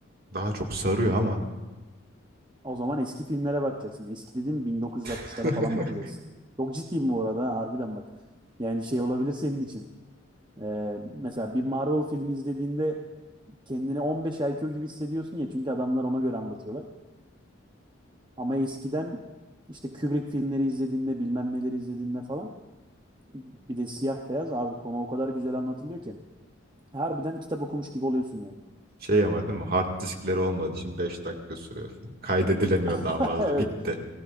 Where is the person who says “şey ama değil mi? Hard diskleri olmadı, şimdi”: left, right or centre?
Right